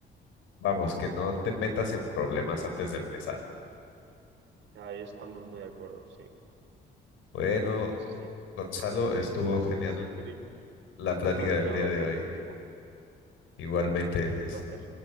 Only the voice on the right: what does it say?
Ahí estamos muy de acuerdo, sí,
sí, sí, sí.
Pues, Eric,
un placer
hablar
contigo,
un
placer.